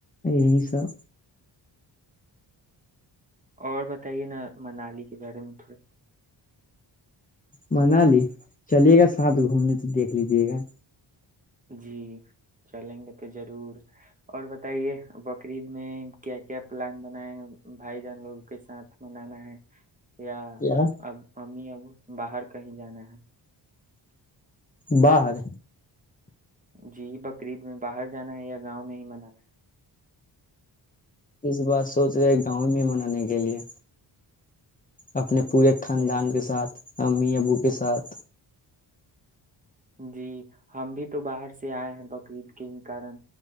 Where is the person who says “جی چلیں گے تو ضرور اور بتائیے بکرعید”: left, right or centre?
Right